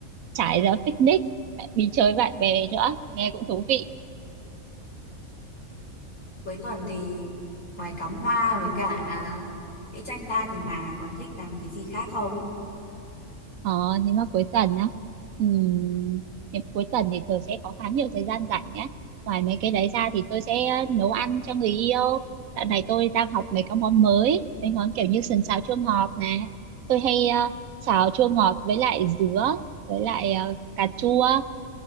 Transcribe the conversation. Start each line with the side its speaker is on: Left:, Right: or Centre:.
Right: trải ra picnic lại đi chơi bạn bè nữa nghe cũng thú vị
Left: Cuối tuần thì ngoài cắm hoa với cả vẽ tranh ra thì bà còn thích làm cái gì khác không?
Right: ờ nhưng mà cuối tuần á ừm, thì cuối tuần thì thường sẽ có khá nhiều thời gian rảnh nhá ngoài mấy cái đấy ra thì tôi sẽ nấu ăn cho người yêu dạo này tôi đang học mấy cái món mới mấy món kiểu như sườn xào chua ngọt nè tôi hay ờ, xào chua ngọt với lại dứa với lại ờ, cà chua